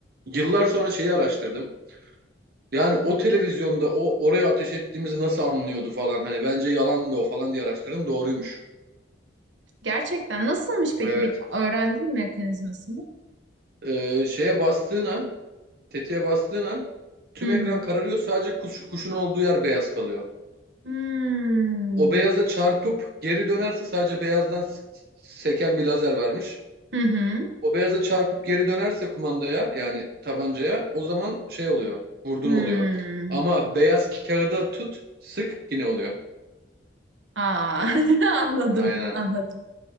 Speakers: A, on the right; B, on the right.
A: Yıllar sonra şeyi araştırdım. Yani o televizyonda o oraya ateş ettiğimizi nasıl anlıyordu falan. Hani bence yalandı o falan diye araştırdım. Doğruymuş.
B: Gerçekten nasılmış peki?
A: Evet.
B: Bir öğrendin mi mekanizmasını?
A: Ee, şeye bastığın an, tetiğe bastığın an tüm
B: Hı
A: ekran
B: hı.
A: kararıyor. Sadece kuş, kuşun olduğu yer beyaz kalıyor.
B: Hmm.
A: O beyaza çarpıp geri dönerse sadece beyazdan s- s- seken bir lazer varmış.
B: Hı hı.
A: O beyaza çarpıp geri dönerse kumandaya yani tabancaya o zaman şey oluyor. Vurdun
B: Hmm.
A: oluyor. Ama beyaz kağıda tut sık yine oluyor.
B: Aa, <laughs> anladım,
A: Aynen.
B: anladım.